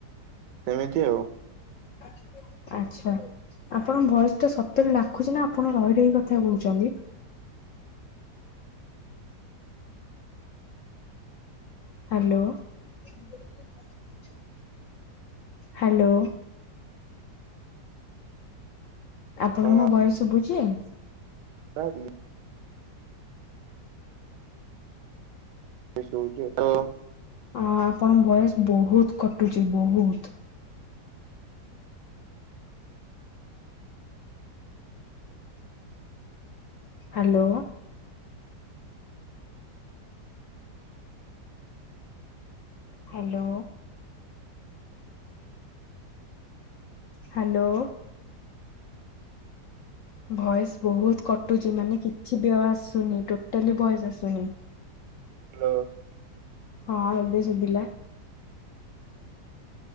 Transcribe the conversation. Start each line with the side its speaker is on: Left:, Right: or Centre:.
Right: ସେମିତି ଆଉ।
Left: <unintelligible> ଆଚ୍ଛା ଆପଣଙ୍କ ଭଏସ୍ ଟା ସତରେ ଲାଖୁଛି ନା ଆପଣ ରହିିଲେ କଥା କହୁଛନ୍ତି। ହାଲୋ। <inaudible> ହାଲୋ। ଆପଣଙ୍କୁ
Right: ହଁ।
Left: ମୋ ଭଏସ୍ ଶୁଭୁଛି।
Right: ହ୍ୟାଲୋ <unintelligible>
Left: ହଁ ଆପଣଙ୍କ ଭଏସ୍ ବହୁତ୍ କଟୁଛି ବହୁତ୍। ହାଲୋ। ହାଲୋ। ହାଲୋ। ଭଏସ୍ ବହୁତ କଟୁଛି ମାନେ କିଛିବି ଆଉ ଆସୁନି ଟୋଟାଲି ଭଏସ୍ ଆସୁନି।
Right: ହ୍ୟାଲୋ।
Left: ହଁ ଏବେ ସୁୁଭିଲା।